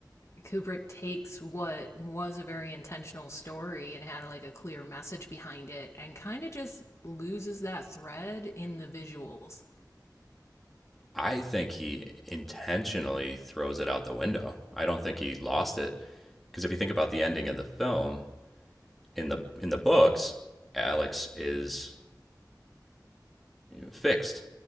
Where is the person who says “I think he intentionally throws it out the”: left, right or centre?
Centre